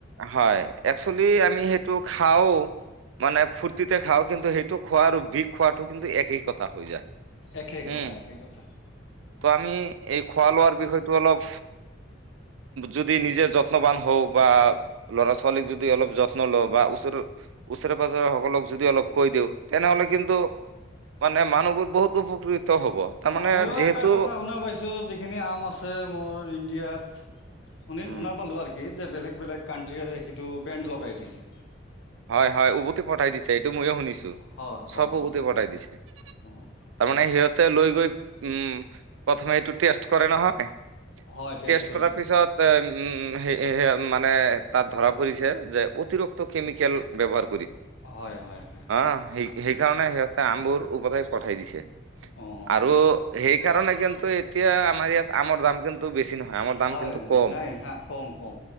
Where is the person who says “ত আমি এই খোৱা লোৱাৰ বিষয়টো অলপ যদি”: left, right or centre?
Right